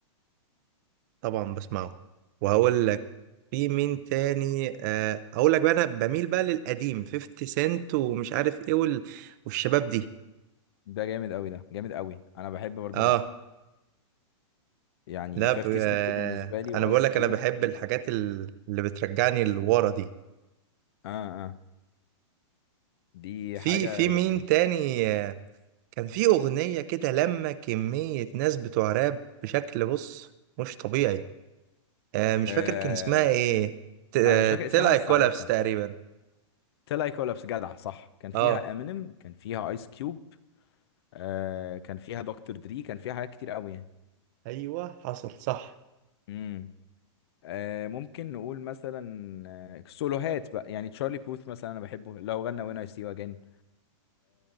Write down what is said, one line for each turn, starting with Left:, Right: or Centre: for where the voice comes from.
Right: طبعا بسمعه وهقول لك في مين تاني آه اقول لك بقى انا بميل بقى للقديم 50 سنت ومش عارف ايه وال... والشباب دي
Left: ده جامد قوي ده جامد قوي انا بحب برضو
Right: اه
Left: كده يعني
Right: لا
Left: 50
Right: ب... آه
Left: سنت بالنسبة لي
Right: انا
Left: وايس
Right: بقول لك
Left: كيوب
Right: انا بحب
Left: و...
Right: الحاجات ال- اللي بترجعني لورا دي
Left: اه اه دي
Right: في
Left: حاجة
Right: في مين
Left: جميلة
Right: تاني آه، كان في أغنية كده لما كمية ناس بتوع راب بشكل بص مش طبيعي آه مش
Left: آه
Right: فاكر كان اسمها ايه ت- آه،
Left: انا مش فاكر
Right: تلعي
Left: اسمها بس
Right: كولابس
Left: عارفها
Right: تقريبا
Left: تيل اي كولابس جدع صح كان فيها
Right: اه
Left: امينيم كان فيها ايس كيوب آه كان فيها دكتور دري كان فيها حاجات كتير قوي يعني
Right: ايوه حصل صح
Left: امم آه ممكن نقول مثلا آه، سولوهات بقى يعني تشارلي بوث مثلا انا بحبه لو غنى وين اي سي يو اجين